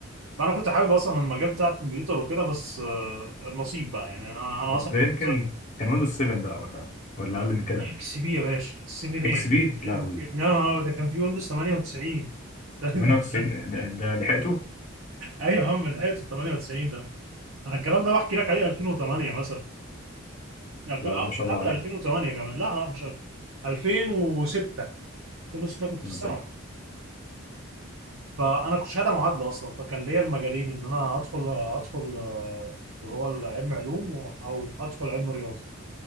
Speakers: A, on the right; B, on the left.
A: فانا كنت حابب اصلا المجال بتاع الكمبيوتر وكده بس آه، النصيب بقى يعني انا انا
B: بس
A: اصلا
B: ده
A: كنت
B: يمكن كان ويندوز 7 بقى وقتها ولا اقل من كده
A: اكس بي يا باشا 7 ايه
B: اكس بي لا هو
A: يا نهار ابيض ده كان في ويندوز 98 <laughs>
B: 98 ده, ده لحقته
A: ايوه يا عم لحقت في 98 ده انا الكلام ده بحكي لك عليه 2008 مثلا 2000
B: لا
A: أك-
B: لا ما شاء الله
A: قبل
B: عليه
A: 2008 كمان لا لا مش قبل. 2006 2006 كنت في
B: 2006
A: الثانوي فانا كنت شهاده معادله اصلا فكان ليا المجالين ان انا ادخل ادخل آه، اللي هو العلم علوم و- او ادخل علم رياضه